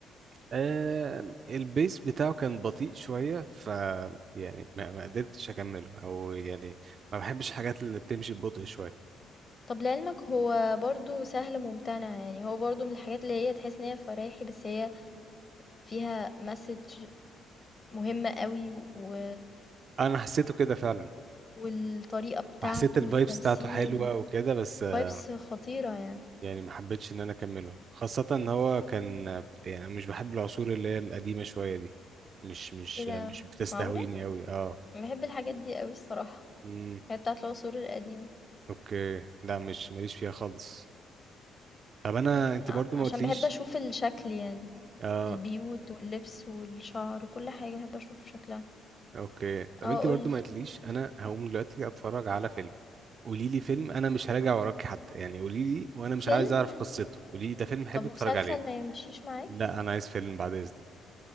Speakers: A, on the right; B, on the left.
A: آه البيس بتاعه كان بطيء شوية ف يعني ما, ما قدرتش أكمله أو يعني ما بحبش الحاجات اللي بتمشي ببطء شوية
B: طَب لعلمك هو برضه سهل ممتنع، يعني هو برضه من الحاجات اللي هي تحس إن هي فرايحي، بس هي فيها message مهم أوي و
A: أنا حسيته كده فعلا
B: والطريقة بتاعته
A: وحسيت الفايبس
B: والتمثيل
A: بتاعته حلوة وكده بس آه،
B: vibes خطيرة يعني.
A: يعني ما حبيتش إن أنا أكمله خاصة إن هو كان آه، يعني أنا مش بحب العصور اللي هي القديمة شوية دي مش مش
B: إيه ده
A: آه، مش بتستهويني
B: معقولة!
A: أوي أه
B: أنا باحب الحاجات دي أوي الصراحة،
A: مم.
B: هي بتاعة العصور القديمة،
A: أوكي لا مش ماليش فيها خالص طب أنا أنت
B: ع
A: برضو ما
B: عشان
A: قلتليش
B: باحب أشوف الشكل يعني،
A: اه
B: البيوت واللبس والشعر وكل حاجة باحب أشوف شكلها.
A: اوكي طب
B: آه
A: انت
B: قُل
A: برضو
B: لي.
A: ما قلتليش انا هقوم دلوقتي اتفرج على فيلم قولي لي فيلم انا مش هراجع وراكي حتى يعني قولي لي وانا مش
B: فيلم؟
A: عايز اعرف قصته قولي لي ده فيلم حلو
B: طَب
A: اتفرج
B: مسلسل
A: عليه
B: ما يمشيش معاك؟
A: لا انا عايز فيلم بعد اذنك